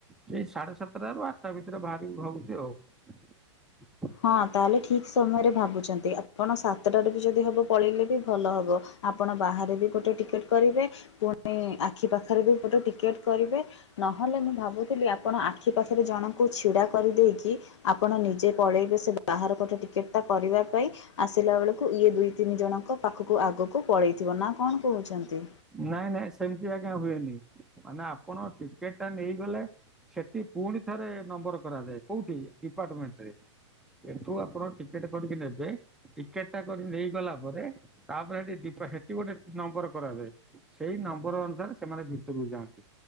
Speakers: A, in the centre; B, on the left.
A: ସେଇ ସାଢେ ସାତଟା ର ଆଠଟା ଭିତରେ ବାହାର ଭାବୁଛି ଆଉ
B: ହଁ ତାହେଲେ ଠିକ ସମୟରେ ଭାବୁଛନ୍ତି ଆପଣ ସାତଟାରୁ ବି ଯଦି ହବ ପଳେଇଲେ ବି ଭଲ ହବ ଆପଣ ବାହାରେ ବି ଗୋଟେ ଟିକେଟ କରିବେ ପୁଣି ଆଖି ପାଖରେ ବି ଗୋଟେ ଟିକେଟ କରିବେ ନହେଲେ ମୁଁ ଭାବୁଥିଲି ଆପଣ ଆଖି ପାଖରେ ଜଣଙ୍କୁ ଛିଡ଼ା କରିଦେଇକି ଆପଣ ନିଜେ ପଳେଇବେ ସେ ବାହାର କଟେ ଟିକେଟ ଟା କରିବା ପାଇଁ ଆସିଲା ବେଳକୁ ଇଏ ଦୁଇ ତିନି ଜଣଙ୍କ ପାଖକୁ ଆଗ ଆଗକୁ ପଳେଇଥିବ ନା କଣ କହୁଛନ୍ତି
A: ନାଇଁ ନାଇଁ ସେମତି ଆଜ୍ଞା ହୁଏନି ମାନେ ଆପଣ ଟିକେଟ୍ ଟା ନେଇଗଲେ ସେଠି ପୁଣି ଥରେ ନମ୍ବର କରାଯାଏ କୋଉଠି? ଡିପାର୍ଟମେଣ୍ଟ ରେ ଏଠୁ ଆପଣ ଟିକେଟ କରିକି ନେବେ ଟିକେଟ ଟା କରି ନେଇଗଲା ପରେ ତାପରେ ସେଠି ସେଠି ଗୋଟେ ନମ୍ବର କରାଯାଏ। ସେଇ ନମ୍ବର ଅନୁସାରେ ସେମାନେ ଭିତରକୁ ଯାଆନ୍ତି